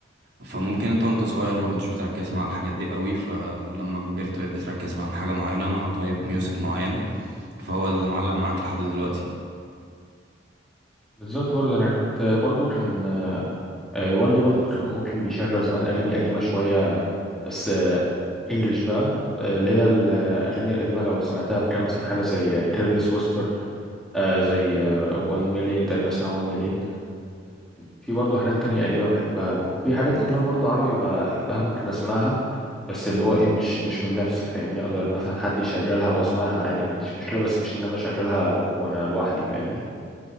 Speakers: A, on the right; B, in the centre.
A: فممكن انت وانت صغير ما كنتش بتركز مع الحاجات دي قوي فلما كبرت بقيت بتركز مع حاجة معينة مع طيب ميوزك معين فهو اللي معلق معاك لحد دلوقتي
B: بالظبط برضه أنا كنت برضه كان آه، والدي برضه كان ممكن بيشغل زمان أغاني قديمة شوية بس آه، إنجلش بقى آه، اللي هي الأغاني القديمة لو سمعتها كان مثلا حاجة زي كيرلس ويسبر زي 1 مليون تقريبا اسمها 1 مليون في برضه حاجات تانية قديمة بحبها يعني وفي حاجات قديمة برضه عربي بحبها ممكن أسمعها بس اللي هو إيه مش مش من نفسي فاهمني أقدر مثلا حد يشغلها وأسمعها عادي ما عنديش مشكلة بس مش إن أنا أشغلها وأنا لوحدي فاهمني